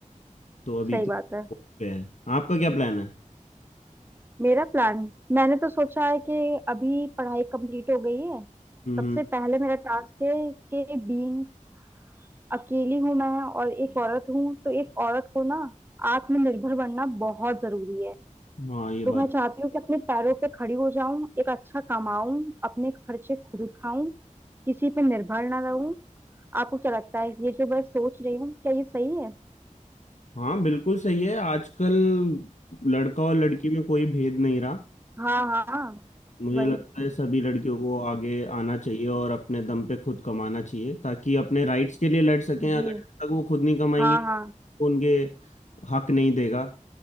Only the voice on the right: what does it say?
सही
बात
है
मेरा प्लान मैंने तो सोचा है कि अभी पढ़ाई कंप्लीट हो गई है
सबसे पहले मेरा टास्क है कि बीइंग अकेली हूं मैं और एक औरत हूं तो एक औरत को ना आत्मनिर्भर बनना बहुत जरूरी है
तो मैं
चाहती हूँ कि अपने पैरों पे खड़ी हो जाऊं एक अच्छा कमाऊं अपने खर्चे खुद उठाऊं किसी पे निर्भर ना रहूं आपको क्या लगता है ये जो मैं सोच रही हूँ क्या ये सही है
हाँ हाँ
वही
जी
हाँ हाँ